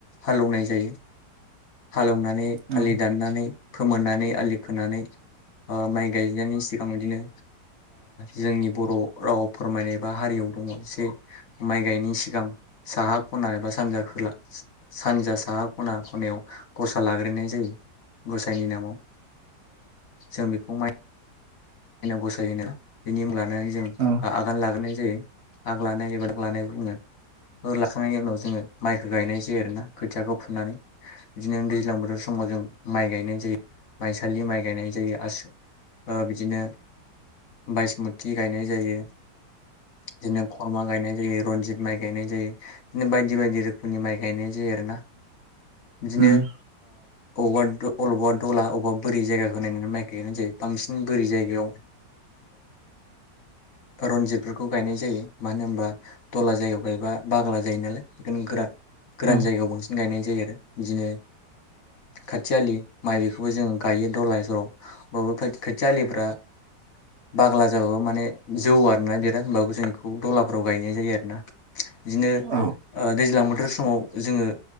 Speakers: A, on the left; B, on the right.
A: हालेवनाय जायो <inaudible> हालेवनानै
B: औ
A: आलि दाननानै फोमोननानै आलि खोनानै माइ गायनायनि सिगां बिदिनो जोंनि बर' राव फोरमायनाय एबा हारियाव दङ जे माइ गायनायनि सिगां साहा खना एबा सानजा खोला सानजा साहा खना खनायाव गसा लाग्रोनाय जायो गसायनि नामाव जों बेखौ माइ गसाय होनो <unintelligible> नानै जों
B: औ
A: आगान लाग्रोनाय जा जायो आग लानाय एबााग लानाय बुङो लाखांनायनि उनाव जोङो माइखौ गायनाय जायो आरोना खोथियाखौ फुनानै बिदिनो दैज्लां बोथोर समाव जों माइ गायनाय जायो माइसालि माइ गायनाय जायो आसु बिदिनो बायासमुथि गायनाय जायो बिदिनो खरमा गायनाय जायो रनजित माइ गायनाय जायो बिदिनो बायदि बायदि रोखोमनि माइ गायनाय जायो आरोना बिदिनो
B: उम
A: ओ बबावबा अबेबा दला बबेबा बोरै जायगाखौ नायनानै माइ गाय गयानो जायो बांसिन बोरै जायगायाव जोङो रन्जितफोरखौ गायनाय जायो मानो होनबा दला जायगायाव गायबा बाग्ला जायो नालाय बेखनो गोरान गोरान
B: औ
A: जायगायाव बांसिन गायनाय जायो आरो बिदिनो खाथियालि माइ बेखौबो जोङो गायो दहल जलाव बावबो खाथि आलिफ्रा बाग्ला जाबाबो माने जौओ आरोना बिराद होनबाबो जों बेखौ दलाफ्राव गायनाय जायो आरोना बिदिनो
B: औ
A: ओ दैज्लां बोथोर समाव जोङो